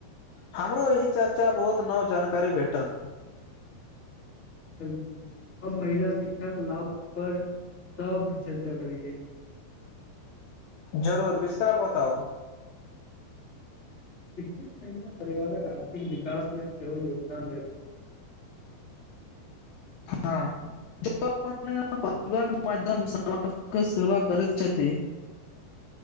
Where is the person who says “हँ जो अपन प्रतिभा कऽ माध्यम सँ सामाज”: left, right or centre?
Left